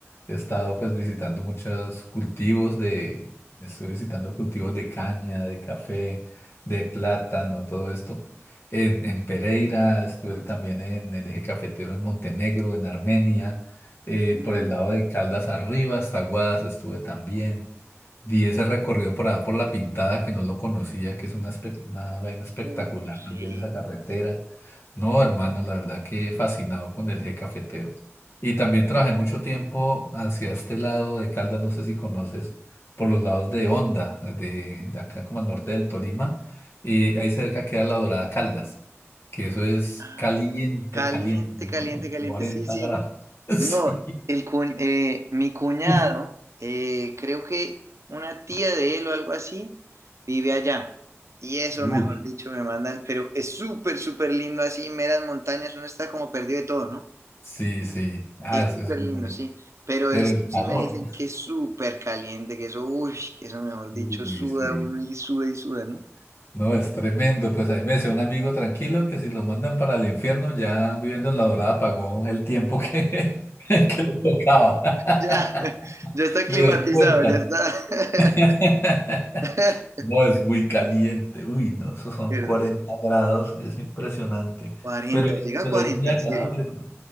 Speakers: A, on the left; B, on the right.
A: He estado pues visitando muchos cultivos de, estuve visitando cultivos de caña, de café, de plátano, todo esto. En, en Pereira, estuve también en el eje cafetero en Montenegro, en Armenia, eh,
B: Mm.
A: por el lado de Caldas arriba, hasta Guadas estuve también. Di ese recorrido por allá por La Pintada, que no lo conocía, que es una, espe- una vaina espectacular
B: oh sí.
A: también esa carretera. No, hermano, la verdad que fascinado con el eje cafetero. Y también trabajé mucho tiempo hacia este lado de Caldas, no sé si conoces, por los lados de Honda, de, de acá como al norte del Tolima. Y
B: Mm.
A: ahí cerca queda la Dorada Caldas, que eso es
B: Ah,
A: caliente,
B: caliente,
A: caliente, tiene
B: caliente,
A: como
B: caliente.
A: 40
B: Sí, sí.
A: grados. <laughs>
B: No,
A: Sí.
B: el cu- eh, mi cuñado,
A: Uf,
B: eh, creo que una tía de él o algo así, vive allá. Y eso,
A: Uy.
B: mejor dicho, me mandan, pero es súper, súper lindo así, meras montañas, uno está como perdido de todo, ¿no?
A: Sí, sí. Ah,
B: Es
A: eso
B: súper
A: es muy
B: lindo,
A: bonito.
B: sí. Pero
A: Pero
B: eso
A: el
B: sí
A: calor.
B: me dicen
A: ¿no?
B: que es súper caliente, que eso, uy, que eso, mejor
A: Uy,
B: dicho, suda
A: sí.
B: uno y suda y suda, ¿no?
A: No, es tremendo. Pues ahí me decía un amigo tranquilo que si lo mandan para el infierno, ya viviendo en La Dorada pagó el tiempo que, <laughs> que le tocaba.
B: Ya, <laughs>
A: <laughs>
B: ya está climatizado,
A: Le descuentan.
B: ya está.
A: <laughs>
B: <laughs>
A: No, es muy caliente. Uy, no, esos son
B: Perdón.
A: 40 grados. Es impresionante.
B: cuarenta
A: Pero,
B: llega
A: pero
B: a cuarenta
A: es muy agradable.
B: en serio.